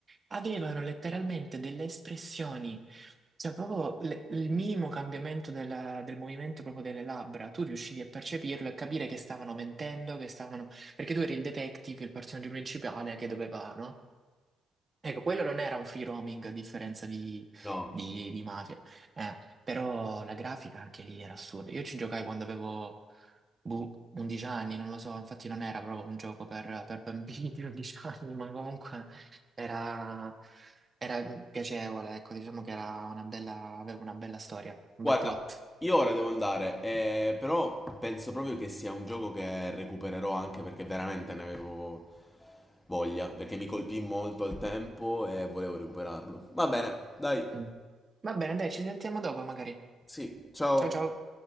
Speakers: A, on the right; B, on the left.
A: avevano letteralmente delle espressioni, cioè proprio le- il minimo cambiamento del, del movimento proprio delle labbra, tu riuscivi a percepirlo e capire che stavano mentendo, che stavano... perché tu eri il detective, il personaggio principale che doveva, no? Ecco, quello non era un free roaming a differenza di,
B: No.
A: di- di Mafia, Eh, però la grafica anche lì era assurda. Io ci giocai quando avevo boh, 11 anni, non lo so, infatti non era proprio un gioco per, per bambini di 11 anni, ma comunque era, era piacevole, ecco, diciamo che era una bella, aveva una bella storia, un
B: Guarda,
A: bel plot.
B: io ora devo andare, eh, però penso proprio che sia un gioco che recupererò anche perché veramente ne avevo voglia, perché mi colpì molto al tempo e volevo recuperarlo. Va bene, dai,
A: Mm. Va bene, dai, ci sentiamo dopo magari.
B: sì, ciao.
A: Ciao ciao.